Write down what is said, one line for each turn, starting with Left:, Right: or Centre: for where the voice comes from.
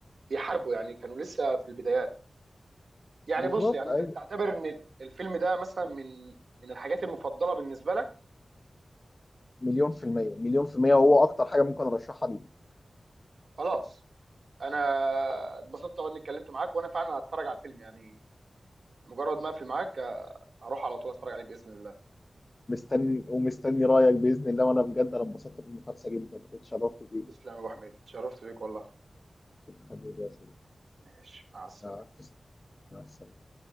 Right: بيحاربوا يعني كانوا لسه في البدايات يعني
Left: بالظبط
Right: بص يعني
Left: ايوه
Right: انت تعتبر ان الفيلم ده مثلا من من الحاجات المفضلة بالنسبة لك
Left: مليون في المية مليون في المية وهو اكتر حاجة ممكن ارشحها دي
Right: خلاص انا اتبسطت أوي اني اتكلمت معاك وانا فعلا هتفرج على الفيلم يعني مجرد ما اقفل معاك هروح على طول اتفرج عليه باذن الله
Left: مستني ومستني رايك باذن الله وانا بجد انا انبسطت بالمحادثه جدا كنت شرفت بيك
Right: تسلم يا ابو حميد اتشرفت بيك والله
Left: حبيبي يا سيدي
Right: ماشي مع السلامه
Left: مع السلامه مع السلامة.